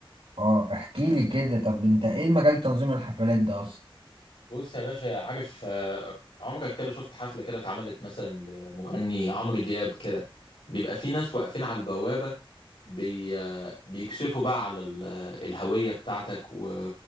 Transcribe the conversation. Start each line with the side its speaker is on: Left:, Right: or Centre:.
Right: اه احكي لي كده طب انت ايه مجال تنظيم الحفلات ده اصلا
Left: بص يا باشا عارف آه، عمرك كده شفت حفلة كده اتعملت مثلا لمغني عمرو دياب كده بيبقى في ناس واقفين على البوابة بي آه، بيكشفوا بقى على ال- الهوية بتاعتك و...